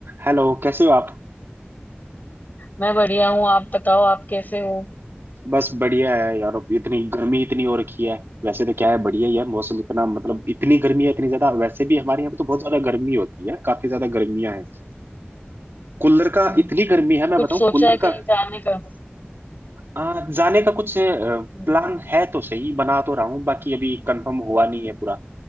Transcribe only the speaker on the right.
हेलो कैसे हो आप
बस बढ़िया है यार अब इतनी गर्मी इतनी हो रखी है वैसे तो क्या है बढ़िया ही है मौसम इतना मतलब इतनी गर्मी है इतनी ज्यादा वैसे भी हमारे यहाँ पे तो बहुत ज्यादा गर्मी होती है काफी ज्यादा गर्मियां हैं कूलर का
इतनी गर्मी
है मैं
बताऊं
कूलर
का
आ, जाने का कुछ प्लान
है तो सही बना तो रहा हूँ बाकी अभी कंफर्म हुआ नहीं है पूरा